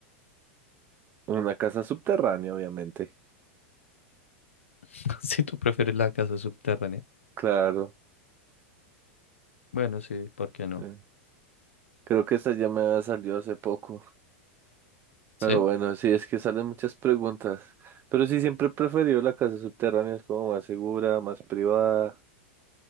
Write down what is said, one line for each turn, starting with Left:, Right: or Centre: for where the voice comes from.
Right: En Una casa subterránea, obviamente.
Left: <laughs> Si tú prefieres la casa subterránea.
Right: Claro.
Left: Bueno, sí, ¿por qué no?
Right: Eh, Creo que esa ya me había salido hace poco. Pero
Left: ¿Sí?
Right: bueno, sí, es que salen muchas preguntas. Pero sí, siempre he preferido la casa subterránea, es como más segura, más privada.